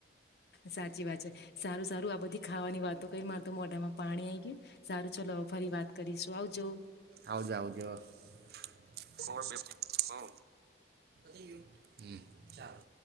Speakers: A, on the left (about 55°); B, on the right (about 55°).
A: સાચી વાત છે, સારું સારું આ બધી ખાવાની વાતો કઈ માર તો મોઢામાં પાણી આ ગય સારું ચાલ ફરી વાત કરીશું આવજો.
B: આવજ-આવજ <inaudible> હા હ ચાલો.